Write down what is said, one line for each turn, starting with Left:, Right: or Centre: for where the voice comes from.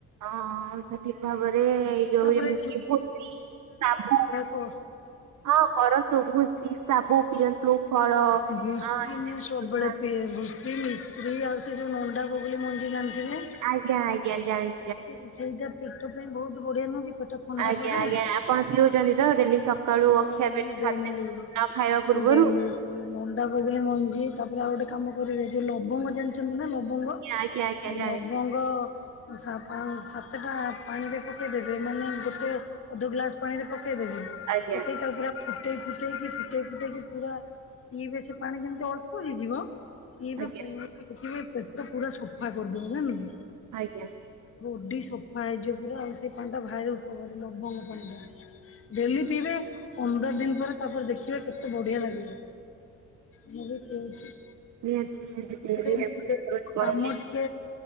Right: ଅ ଆମିଷ ଠିକ ଭାବରେ ଏଇ ଯୋଉ
Left: ତାପରେ
Right: ଯେମିତି କି ଭୂଷି ଶାଗୁ
Left: କୁହ।
Right: ହଁ କରନ୍ତୁ ଭୂଷି ଶାବୁ ପିଅନ୍ତୁ ଫଳ
Left: ଭୁଷି
Right: ହଁ
Left: ମୁଁ
Right: ଯେତିକି
Left: ସବୁବେଳେ
Right: ଖାଆନ୍ତୁ।
Left: ପିଏ ଭୁଷ ଷି ମିଶ୍ରୀ ଆଉ ସେ ଯୋଉ ନଣ୍ଡା ବଗୁଲି ମଞ୍ଜି ଜାଣିଥିବେ!
Right: ଆଜ୍ଞା ଆଜ୍ଞା ଜାଣି
Left: ସେ ସେଇଟା ପେଟ ପାଇଁ ବହୁତ ବଢିଆ ନୁହଁ କି? ପେଟ ଥଣ୍ଡା
Right: ଆଜ୍ଞା
Left: କରେ।
Right: ଆଜ୍ଞା ଆପଣ ପିଉଛନ୍ତି ତ ଡେଲି ସକ୍ ସକାଳୁ
Left: ହଁ
Right: ଅଖିଆ
Left: ମୁଁ
Right: ପେଟ
Left: ଡେଲି
Right: ଖାଦ୍ୟ ନ ଖାଇବା ପୂର୍ବରୁ
Left: ମୁଁ ଡେଲି ସେ ନଣ୍ଡା ବଗୁଲି ମଞ୍ଜି ତାପରେ ଆଉ ଗୋଟେ କାମ କରିବେ ଯୋଉ ଲବଙ୍ଗ ଜାଣିଛନ୍ତି ନା ଲବଙ୍ଗ
Right: ଆଜ୍ଞା ଆଜ୍ଞା ଜାଣିଛି
Left: ଲବଙ୍ଗ ସା ପା ସାତଟା ପାଣିରେ ପକେଇଦବେ ମାନେ ଗୋଟେ ଅଧ ଗ୍ଲାସ ପାଣିରେ ପକେଇଦେବେ
Right: ଆଜ୍ଞା
Left: ପକେଇକି ତାକୁ ପୁରା ଫୁଟେଇ ଫୁଟେଇକି ଫୁଟେଇ ଫୁଟେଇକି ପୁରା ପିଇବେ ସେ ପାଣି ଯେମିତି ଅଳ୍ପ ହେଇଯିବ ପିଇବେ
Right: ଆଜ୍ଞା
Left: ପୁ ପୁରା ପେଟ ପୁରା ସଫା କରିଦବ ଜାଣିଲୁ।
Right: ଆଜ୍ଞା।
Left: ବଡି ସଫା ହେଇଯିବ ପୁରା ଆଉ ସେଇ ପାଣିଟା ଭାରି ଉପକାରୀ ଲବଙ୍ଗ ପାଣିଟା। ଡେଲି ପିଇବେ ପନ୍ଦର ଦିନ ପରେ ତାପରେ ଦେଖିବେ କେତେ ବଢିଆ ଲାଗିବ। ମୁଁ ବି ପିଉଛି
Right: ନିହାତି ନିହାତି ପିଇବି
Left: <unintelligible>
Right: ଆପଣ ଯେତେବେଳେ କହିଲେ
Left: କାମ ଟିକେ